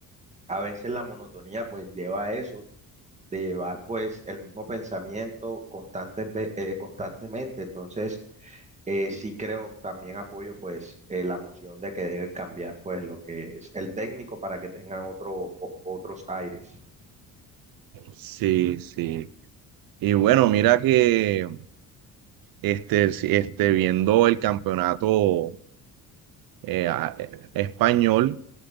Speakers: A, on the right; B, on the right.
A: A veces la monotonía pues lleva a eso, de llevar pues el mismo pensamiento constantes ve- eh, constantemente. Entonces, eh, sí creo, también apoyo pues eh, la moción de que deben cambiar pues lo que es el técnico para que tengan otro, o- otros aires.
B: Sí, sí. Y bueno, mira que este, si- este, viendo el campeonato eh, a- eh, español,